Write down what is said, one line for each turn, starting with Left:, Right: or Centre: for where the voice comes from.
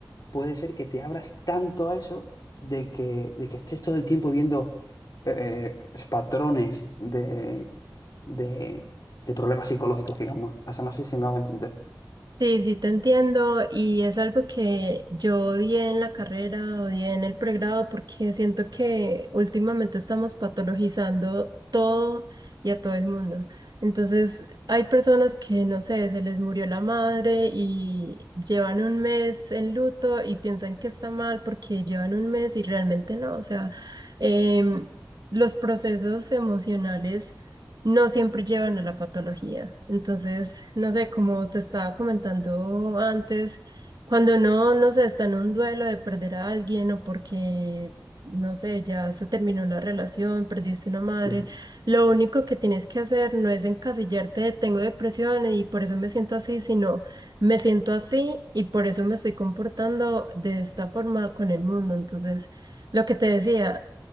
Left: puede ser que te abras tanto a eso de que, de que estés todo el tiempo viendo eh, eh, es patrones de, de, de problemas psicológicos, digamos. O sea, no sé si me hago entender.
Right: Sí, sí, te entiendo y es algo que yo odié en la carrera, odié en el pregrado porque siento que últimamente estamos patologizando todo y a todo el mundo. Entonces, hay personas que, no sé, se les murió la madre y llevan un mes en luto y piensan que está mal porque llevan un mes y realmente no. O sea, em, los procesos emocionales no siempre llevan a la patología. Entonces, no sé, como te estaba comentando antes, cuando uno, no sé, está en un duelo de perder a alguien o porque, no sé, ya se terminó la relación, perdiste una madre,
Left: Mm,
Right: lo único que tienes que hacer no es encasillarte de tengo depresión y por eso me siento así, sino me siento así y por eso me estoy comportando de esta forma con el mundo. Entonces, lo que te decía,